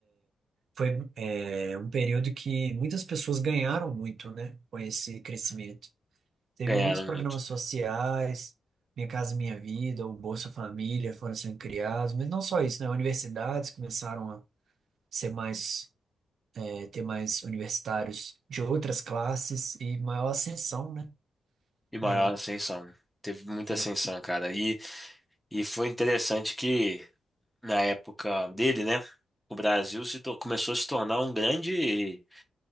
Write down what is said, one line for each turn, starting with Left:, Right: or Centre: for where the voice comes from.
Right: Foi, é, um período que muitas pessoas ganharam muito, né? Com esse crescimento. Teve
Centre: Ganharam
Right: muitos programas
Centre: muito.
Right: sociais. Minha Casa Minha Vida, o Bolsa Família foram sendo criados, mas não só isso, né? Universidades começaram a ser mais, é, ter mais universitários de outras classes e maior ascensão, né?
Centre: E maior
Right: De,
Centre: ascensão. Teve muita
Right: é,
Centre: ascensão, cara. E, e foi interessante que na época dele, né, o Brasil se tor- começou a se tornar um grande,